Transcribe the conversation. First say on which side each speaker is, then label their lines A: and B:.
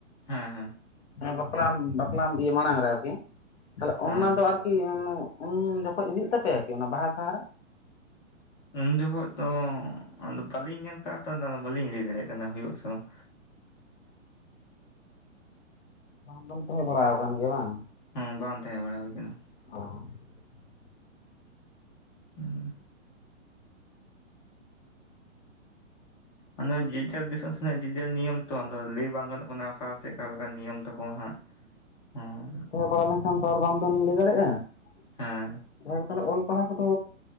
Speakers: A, on the left (about 40°); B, on the left (about 60°).
A: ᱦᱮᱸ ᱦᱮᱸ
B: ᱦᱮᱸ ᱵᱟᱯᱞᱟ ᱵᱟᱯᱞᱟ ᱤᱭᱟᱹ ᱢᱟᱲᱟᱝ ᱨᱮ ᱟᱨᱠᱤ ᱾ ᱛᱟᱦᱚᱞᱮ
A: ᱦᱮᱸ
B: ᱚᱱᱟ ᱫᱚ ᱟᱨᱠᱤ ᱠᱤ ᱩᱱ ᱩᱱ ᱡᱚᱠᱷᱚᱡ ᱦᱩᱭᱩᱜ ᱛᱟᱯᱮᱭᱟ ᱠᱤ ᱚᱱᱟ ᱵᱟᱦᱟ ᱥᱟᱦᱟᱨᱮ?
A: ᱩᱱ ᱡᱚᱠᱷᱚᱡ ᱫᱚ ᱟᱫᱚ ᱵᱟᱹᱞᱤᱧ ᱧᱮᱞ ᱟᱠᱟᱜᱼᱟ ᱛᱚ ᱵᱟᱹᱞᱤᱧ ᱞᱟᱹᱭ ᱫᱟᱲᱮᱭᱟᱜ ᱠᱟᱱᱟ ᱦᱩᱭᱩᱜ ᱥᱮ ᱵᱟᱝ᱾
B: <inaudible> ᱵᱟᱝ ᱛᱟᱦᱮᱸ ᱵᱟᱲᱟ ᱟᱠᱟᱱ ᱜᱮᱭᱟ ᱵᱟᱝ?
A: ᱦᱮᱸ ᱵᱟᱝ ᱛᱟᱦᱮᱸ ᱵᱟᱲᱟ ᱦᱩᱭ ᱟᱠᱟᱱᱟ᱾
B: <unintelligible>
A: ᱦᱩᱸ ᱟᱫᱚ ᱡᱮᱡᱟᱨᱼ ᱼᱡᱟᱨ ᱫᱤᱥᱳᱢ ᱥᱮᱱᱟᱜ ᱡᱮ ᱡᱟᱨ ᱱᱤᱭᱚᱢ ᱛᱚ ᱟᱫᱚ ᱞᱟᱹᱭ ᱵᱟᱝ ᱜᱟᱱᱚᱜ ᱠᱟᱱᱟ ᱚᱠᱟ ᱥᱮ ᱚᱠᱟ ᱞᱮᱠᱟ ᱱᱤᱭᱚᱢ ᱛᱟᱠᱚ ᱦᱟᱸᱜ᱾ ᱦᱚᱸ
B: <inaudible> ᱞᱮᱱᱠᱷᱟᱱ ᱛᱚ ᱟᱨ ᱵᱟᱝ ᱵᱮᱱ ᱞᱟᱹᱭ ᱫᱟᱲᱮᱭᱟᱜᱼᱟ
A: ᱦᱮᱸ
B: ᱾ ᱡᱟᱦᱟᱭ ᱠᱚ ᱛᱟᱦᱚᱞᱮ ᱯᱟᱲᱦᱟᱣ ᱠᱚᱫᱚ